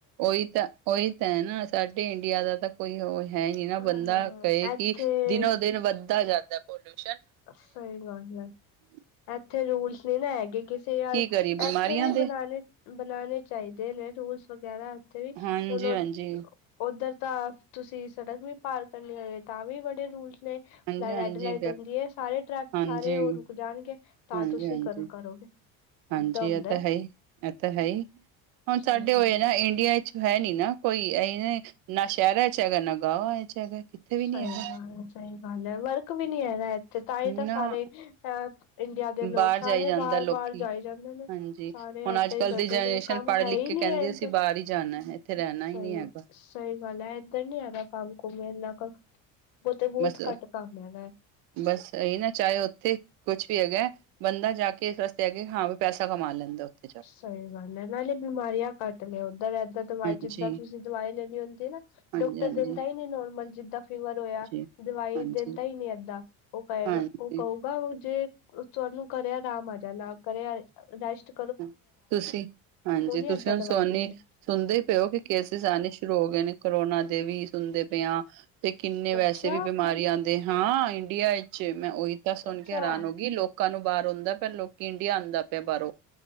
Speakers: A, on the right (about 65°); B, on the left (about 70°).
A: ਓਈ ਤਾਂ ਉਹੀ ਤੇ ਐ ਨਾ ਸਾਡੇ ਇੰਡੀਆ ਦਾ ਤੇ ਕੋਈ ਓ ਹੈ ਨੀ ਨਾ
B: ਹਾਂ
A: ਬੰਦਾ
B: ਹਾਂ
A: ਕਏ
B: ਇੱਥੇ
A: ਕਿ ਦਿਨੋ ਦਿਨ ਵੱਧਦਾ ਜਾਂਦਾ ਪੋਲਿਊਸ਼ਨ।
B: ਸਈ ਗੱਲ ਐ।
A: ਹਮ।
B: ਐਥੇ ਰੂਲਸ ਨੀ ਨਾ ਹੈਗੇ ਕਿਸੇ ਯਾਰ
A: ਕਰੀਏ ਬਿਮਾਰੀਆਂ
B: ਐਥੇ ਵੀ
A: ਦੇ
B: ਬਨਾਨੇ ਬਨਾਨੇ ਚਾਈਦੇ ਨੇ ਰੂਲਸ। ਵਗੈਰਾ ਏਥੇ ਵੀ
A: ਹਾਂਜੀ-ਹਾਂਜੀ,
B: ਹੁਨ ਓ ਓਧਰ ਤਾਂ ਤੁਸੀ ਸੜਕ ਵੀ ਪਾਰ ਕਰਨੀ ਹੋਵੇ ਤਾਂ ਵੀ ਬੜੇ ਰੂਲਸ ਨੇ।
A: ਹਾਂਜੀ-ਹਾਂਜੀ,
B: ਲਾ ਰੈਡ ਲਾਈਟ ਹੁੰਦੀ ਏ। ਸਾਰੇ ਟਰੈਫ
A: ਹਾਂਜੀ,
B: ਸਾਰੇ ਓ ਰੁਕ ਜਾਨਗੇ ਤਾਂ
A: ਹਾਂਜੀ-ਹਾਂਜੀ।
B: ਤੁਸੀ ਕਰ ਕਰੋਗੇ।
A: ਹਾਂਜੀ
B: ਏਦਾਂ ਹੁੰਦਾ
A: ਐ ਤਾ ਹੈ ਈ। ਐ ਤਾ ਹੈ ਈ। ਹੁਨ
B: ਸਹੀ
A: ਸਾਡੇ ਓਏ
B: ਗੱਲ
A: ਨਾ ਇੰਡੀਆ ਹੈ ਨੀ ਨਾ ਕੋਈ। ਐਈ ਨੀ ਨਾ ਸੈ਼ਰਾਂ ਚ ਹੈਗਾ ਨਾ ਗਾਵਾ ਚ ਹੈਗਾ। ਵੀ
B: ਸਈ
A: ਨੀ ਹੈਗਾ
B: ਗੱਲ ਐ। ਸਈ ਗੱਲ ਐ, ਵਰਕ ਵੀ ਨੀ ਹੈਗਾ। ਤੇ ਤਾਂ ਈ ਤਾਂ
A: ਨਾ
B: ਸਾਰੇ ਅ ਇੰਡੀਆ ਦੇ
A: ਬਾਹਰ
B: ਲੋਕ ਸਾਰੇ
A: ਜਾਈ ਜਾਂਦਾ
B: ਬਾਰ
A: ਲੋਕੀ
B: ਬਾਰ ਜਾਈ ਜਾਂਦੇ ਨੇ।
A: ਹਾਂਜੀ
B: ਸਾਰੇ
A: ਹੁਣ
B: ਐਦਾਂ
A: ਅੱਜ
B: ਈ
A: ਕੱਲ੍ਹ
B: ਕਰਦੇ
A: ਦੀ ਜਨਰੇਸ਼ਨ
B: ਨੇ। ਕੰਮ
A: ਪੜ੍ਹ
B: ਹੈ
A: ਲਿਖ ਕੇ
B: ਈ
A: ਕਹਿੰਦੀ
B: ਨੀ ਐਧਰ।
A: ਅਸੀਂ ਬਾਹਰ ਹੀ ਜਾਣਾ ਹੈ ਇੱਥੇ ਰਹਿਣਾ
B: ਸਈ
A: ਹੀ ਨਹੀਂ ਹੈਗਾ
B: ਸਈ ਗੱਲ ਐ ਐਧਰ ਨੀ ਹੈਗਾ ਕੰਮ ਕੁਮ ਏਨਾ ਕ। ਔਥੇ ਬੋਤ
A: ਬਸ
B: ਘੱਟ ਕੰਮ ਹੈਗਾ ਐ।
A: ਬਸ ਐਈ ਨਾ ਚਾਏ ਓਥੇ ਕੁਛ ਵੀ ਹੈਗਾ ਐ। ਬੰਦਾ ਜਾ ਕੇ ਇਸ ਵਾਸਤੇ ਐ ਕੇ ਹਾਂ ਵੀ ਪੈਸਾ ਕਮਾ ਲੈਂਦਾ ਔਥੇ।
B: ਸਈ ਗੱਲ ਐ। ਨਾਲੇ ਬਿਮਾਰੀਆਂ ਘੱਟ ਨੇ ਓਦਰ। ਐਦਰ ਦਵਾਈ
A: ਹਾਂਜੀ
B: ਜਿੱਦਾਂ ਤੁਸੀ ਦਵਾਈ ਲੈਣੀ ਹੁੰਦੀ ਏਨਾ
A: ਹਾਂਜੀ
B: ਡਾਕਟਰ
A: ਹਾਂਜੀ
B: ਦੇਂਦਾ ਈ ਨੀ ਨੋਰਮਲ। ਜਿੱਦਾਂ ਫੀਵਰ ਹੋਏਆ।
A: ਹਾਂਜੀ
B: ਦਵਾਈ
A: ਹਾਂਜੀ
B: ਦੇਂਦਾ ਈ ਨੀ ਏਦਾਂ। ਓ ਕਏਗਾ
A: ਹਾਂਜੀ
B: ਓ ਕਊਗਾ ਉ ਜੇ ਤਆਨੂੰ ਘਰੇ ਰਾਮ ਆਜਾਨਾ ਘਰੇ ਰ ਰੈਸ਼ਟ
A: ਹ ਤੁਸੀ ਹਾਂਜੀ ਤੁਸੀ
B: ਏਦਾਂ
A: ਹੁਨ
B: ਦਵਾਈ
A: ਸੋਨੀ
B: ਦਿੰਦੇ
A: ਸੁਨਦੇ ਈ ਪਏਓ ਕਿ ਕੇਸਿਸ ਆਨੇ ਸ਼ੁਰੂ ਹੋਗੇ ਨੇ ਕਰੋਨਾ ਦੇ ਵੀ। ਸੁਨਦੇ ਪੇਆਂ ਤੇ ਕਿੰਨੇ ਵੈਸੇ
B: ਅੱਛਾ
A: ਵੀ ਬਿਮਾਰੀਆਂ ਦੇ ਹਾਂ, ਇੰਡੀਆ ਇਚ। ਮੈਂ ਓਈ ਤਾਂ ਸੁਣ
B: ਅੱਛਾ
A: ਕੇ ਹੈਰਾਨ ਹੋ ਗਈ। ਲੋਕਾਂ ਨੂੰ ਬਾਰ ਹੋਂਦਾ ਪੇਆ ਲੋਕੀ ਇੰਡੀਆ ਆਂਦਾ ਪੇਆ ਬਾਰੋਂ।